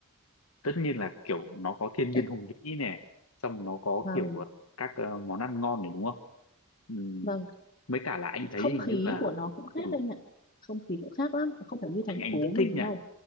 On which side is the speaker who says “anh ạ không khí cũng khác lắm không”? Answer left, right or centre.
Left